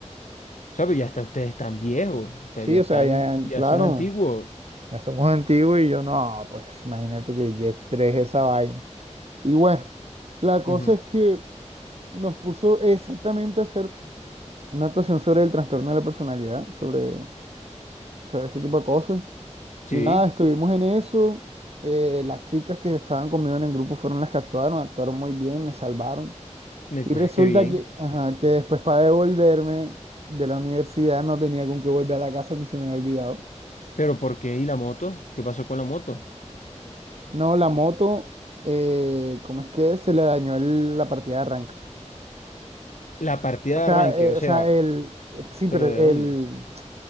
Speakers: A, on the left; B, on the right.
A: O sea, pero ya está, ustedes están viejos, o sea,
B: Sí,
A: ya
B: o
A: están,
B: sea, ya, ya,
A: ya
B: claro,
A: son antiguos.
B: ya somos antiguos y yo no, pues imagínate que, que estrés esa vaina. Y bueno, la cosa
A: Ujú,
B: es que nos puso exactamente a hacer una actuación sobre el trastorno de la personalidad, sobre, sobre ese tipo de cosas.
A: Sí,
B: Y nada, estuvimos en eso. eh, las chicas que estaban conmigo en el grupo fueron las que actuaron, actuaron muy bien, me salvaron.
A: me-
B: Y
A: cu-
B: resulta
A: <laughs> qué bien.
B: que, ajá, que después para devolverme de la universidad no tenía con qué volver a la casa, a mí se me había olvidado.
A: Pero ¿por qué? ¿Y la moto? ¿Qué pasó con la moto?
B: No, la moto, eh, ¿cómo es que es? se le dañó el- la partida de arranque?
A: La partida
B: O
A: de
B: sea,
A: arranque,
B: eh,
A: o sea,
B: o sea, el, eh, sí,
A: ¿pero
B: pero el,
A: de dónde?